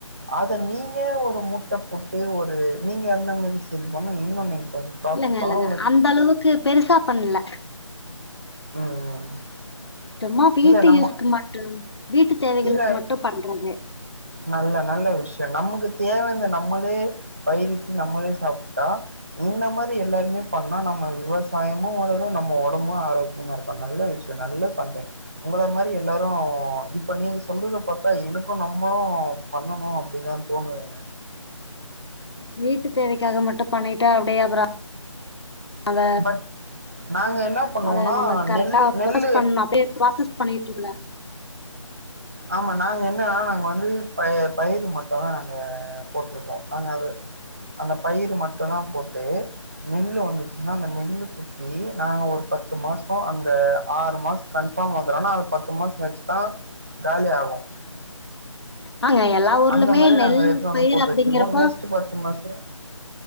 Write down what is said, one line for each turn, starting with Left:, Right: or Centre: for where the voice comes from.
Right: அதை நீங்கள் ஒரு மூட்டை போட்டு ஒரு நீங்கள் அந்த மாரி சேல் பண்ணால் இன்னும் நீங்க கொஞ்சம் ப்ராஃபிட்
Left: இல்லங்க
Right: பண்ணலாம்.
Left: இல்லங்க
Right: உங்களுக்கு
Left: அந்த அளவுக்கு பெருசா பண்ணல
Right: ம் ம்
Left: சும்மா வீட்டு
Right: இல்ல நம்ம
Left: யூஸ்க்கு மட்டும் வீட்டு தேவைகளுக்கு
Right: இல்ல
Left: மட்டும் பண்றது.
Right: நல்ல நல்ல விஷயம் நமக்கு தேவை இந்த நம்மளே பயிரிட்டு நம்மளே சாப்பிட்டா இந்த மாரி எல்லாருமே பண்ணா நம்ம விவசாயமு வளரும் நம்ம ஒடம்பும் ஆரோக்கியமா இருக்கும் நல்ல விஷயம் நல்ல பண்றிங்க உங்கள மாரி எல்லாரும் இப்ப நீ ஸ் சொல்றது பாத்தா எனக்கும் நம் நம்பளும் பண்ணணும் அப்படின்னுதான் தோணு ஏங்க
Left: வீட்டு தேவைக்காக மட்டும் பண்ணிட்டா அப்டியே அப்ற அத
Right: பட் நாங்க என்ன பண்ணுவோனா
Left: அத நம்ம கரெக்டா
Right: நெல்லு நெல்லு
Left: ப்ராசஸ் பண்ணணும் அப்டியே ப்ராசஸ் பண்ணிட்டல்ல
Right: ஆமா நாங்க என்னன்னா நாங்க வந்து ப பயிர் மட்டம் ங்க போட்ருக்கோம் நாங்க அத அந்த பயிர்மட்டும் தான் போட்டு நெல் வந்துச்சின்னா நெல் குத்தி நாங்க ஒரு பத்து மாசம் ஆறு மாசம் கன்ஃபார்ம் ஆனா அது பத்து மாசம் கழிச்சுதான் காலி ஆகும்
Left: ஆங்க எல்லா ஊர்லுமே
Right: அந்த மாரி
Left: நெல்பயிர்
Right: நாங்க எடுத்துனு வந்து போட்டு
Left: அப்படிங்கறப்போ
Right: வச்சிருவோ நெக்ஸ்ட் பத்து மாசோ